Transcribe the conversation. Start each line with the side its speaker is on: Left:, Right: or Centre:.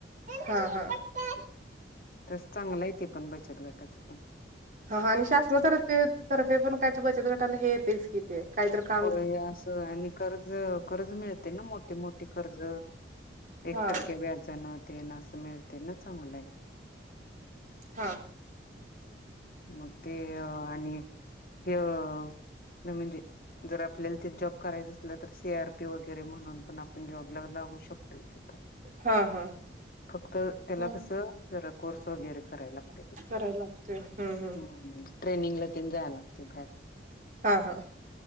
Right: हा हा हा
Left: तस चांगलं आहे ते पण बचत गटाचं पण
Right: हा आणि शासनातर्फे तर्फे पण काय बचत गटायला हे येतेच किती कायत का
Left: होय असं आणि कर्ज कर्ज मिळते ना मोठीे मोठीे कर्ज एक
Right: हा
Left: खक्ये व्याज न ते न असं मिळते ना चांगलं आहे.
Right: हा.
Left: मग ते अ आणि हे अ. न म्हणजे जर आपल्याला ती त जॉब करायचं. ल तर सी आर पी वगैरे म्हणून पण आपण जॉबला लावू शकतोय तिथं.
Right: हा हा
Left: फक्त त्याला
Right: हा
Left: कस जरा कोर्स वगैरे करायलाग.
Right: करायला लागतो हम्म हम्म.
Left: हो मंग ट्रेनिंग ला तेन जाया लागते भाहेर.
Right: हा हा.